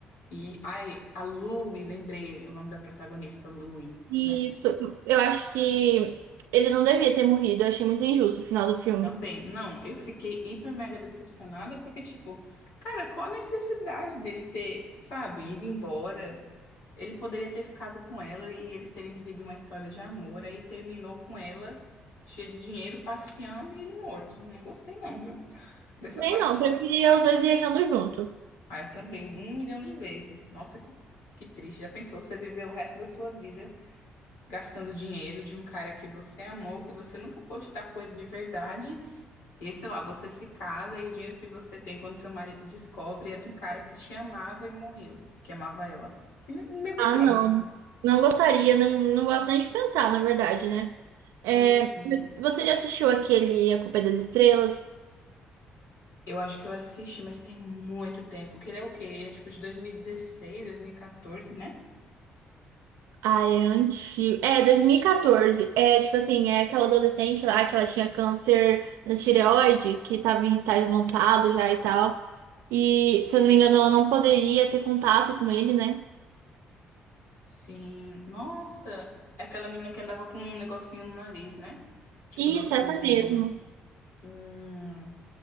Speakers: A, on the left; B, on the right.
A: E, ai, a Louie, lembrei o nome da protagonista, Louie.
B: Isso,
A: né?
B: eu acho que ele não devia ter morrido, eu achei muito injusto o final do filme.
A: Também, não, eu fiquei hiper mega decepcionada porque, tipo, cara, qual a necessidade dele ter, sabe, ido embora? Ele poderia ter ficado com ela e eles terem vivido uma história de amor, aí terminou com ela, cheia de dinheiro, passeando e ele morto. Não gostei, não, viu? <laughs> Dessa
B: Nem
A: parte.
B: não, preferia os dois viajando junto.
A: Ah, eu também, um milhão de vezes. Nossa, que, que triste. Já pensou você viver o resto da sua vida? gastando dinheiro de um cara que você amou, que você nunca pôde estar com ele de verdade. E aí, sei lá, você se casa e o dinheiro que você tem quando seu marido descobre é de um cara que te amava e morreu, que amava ela. E ne- Meio bizarro.
B: Ah, não. Não gostaria, não, não gosto nem de pensar, na verdade, né? É,
A: Uhum.
B: mas você já assistiu aquele A Culpa é das Estrelas?
A: Eu acho que eu assisti, mas tem muito tempo. Que ele é o quê? Ele é tipo de dois dois mil mil e dezesseis dois mil e 2014, né?
B: Ah, é antigo. É, 2014. É, tipo assim, é aquela adolescente lá que ela tinha câncer na tireoide, que tava em estágio avançado já e tal. E, se eu não me engano, ela não poderia ter contato com ele, né?
A: Sim. Nossa, é aquela menina que andava com um negocinho no nariz, né? Tipo
B: Isso,
A: do oxigênio.
B: essa mesmo.
A: Hum.